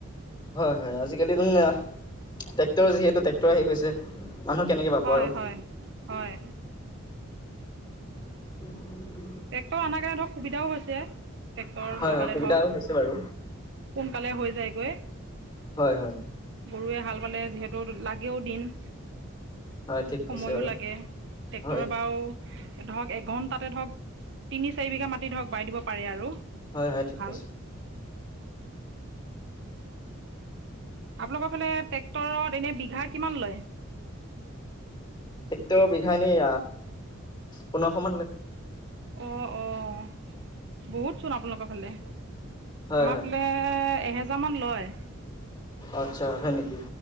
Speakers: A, on the left; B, on the right.
A: হয়, হয় আজিকালি তুম। ট্ৰেক্টৰ যিহেতু ট্ৰেক্ৰৰ আহি গৈছে, মানুহ কেনেকে পাব
B: হয়
A: আৰু।
B: হয় হয়।
A: <inaudible>
B: ট্ৰেক্টৰ আমাৰ কাৰণে ধৰক সুবিধাও হৈছে, ট্ৰেক্টৰ
A: হয়
B: লগালে
A: হয় সুবিধাও
B: ধৰক। সোনকালে
A: হৈছে বাৰু
B: হৈ যায়গৈ।
A: হয়, হয়।
B: গৰুৱে হাল বালে, যিহেতু লাগেও দিন।
A: হয় ঠিক কৈছে
B: সময়ো
A: বাৰু
B: লাগে, ট্ৰেক্টৰ
A: হয়
B: বাৰু। ধৰক এঘন্টাতে ধৰক, তিনি চাৰি বিঘা মাটি ধৰক বাই দিব পাৰে আৰু।
A: হয়, হয় ঠিক
B: হাল
A: কৈছা।
B: আপোনালোকৰ ফালে ট্ৰেক্টৰত এনেই বিঘা কিমান লয়?
A: ট্ৰেক্টৰৰ বিঘা এনেই পোন্ধৰশ মান লৈ।
B: অ', অ', বহুত চোন আপোনালোকৰ ফালে।
A: হয়
B: আমাৰ
A: হয়
B: ফালে এহেজাৰমান লয়।
A: আচা, হয় নেকি।